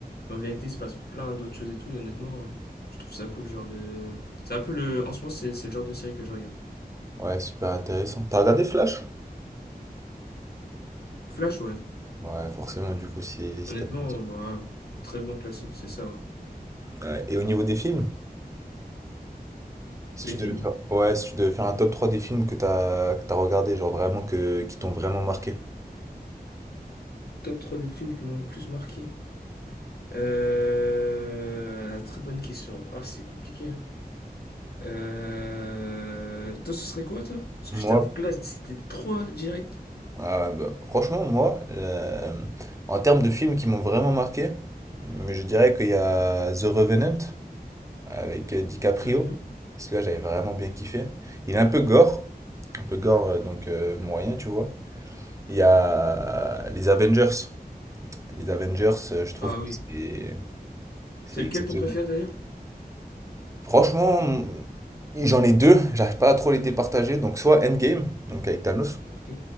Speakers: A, on the left; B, on the right.
A: Mais en vérité, il se passe plein d'autres choses et tout, et honnêtement, je trouve ça cool, le genre de. C'est un peu le. En ce moment, c'est c'est le genre de série que je regarde.
B: Ouais, super intéressant. T'as regardé Flash?
A: Flash, ouais.
B: Ouais, forcément, du coup, si, si
A: Honnêtement,
B: t'aimes bien.
A: bah, très bon classique, c'est ça, ouais.
B: Ouais, Et au niveau des films, si
A: Les
B: tu devais
A: films
B: faire... Ouais, si tu devais faire un top 3 des films que t'as que t'as regardé, genre vraiment que qui t'ont vraiment marqué.
A: Top 3 des films qui m'ont le plus marqué Euh. Très bonne question. Ah, c'est compliqué, hein. Euh... Toi, ce serait quoi, toi Parce que je
B: Moi,
A: t'avoue que là, c'était trop direct.
B: euh, bah, franchement, moi, euh, en termes de films qui m'ont vraiment marqué, mais je dirais qu'il y a The Revenant avec euh, DiCaprio.
A: Mhm.
B: Celui-là, j'avais vraiment bien kiffé. Il est un peu gore, un peu gore, euh, donc euh, moyen, tu vois. Il y a les Avengers. Les Avengers, euh, je trouve
A: Ah
B: que
A: oui.
B: c'est c'est
A: C'est lequel
B: exceptionnel.
A: ton préféré d'ailleurs
B: Franchement, j'en ai deux, j'arrive pas à trop les départager. Donc soit Endgame, donc avec Thanos,
A: Ok.